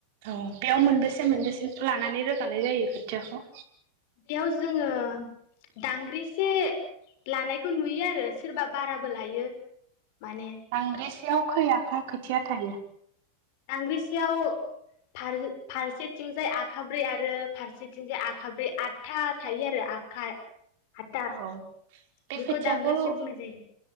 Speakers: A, on the right; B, on the left.
A: औ बेयाव मोनबेसे मोनबेसे लानानै रोगानाय जायो खोथियाखौ
B: बेयाव जोङो दांग्रि एसे लानायखौ नुयो आरो सोरबा बाराबो लायो माने
A: बांग्रेस सेयाव खै आखा खोथिया थायो
B: दांगांग्रिसेयाव फार-फारसेथिंजाय आखाब्रै आरो फारसेथिंजाय आखाब्रै आठथा थायो आरो आखा आठथा
A: औ बे
B: बेखौ
A: खोथियाखौ
B: दांग्रिसे बुंनाय जायो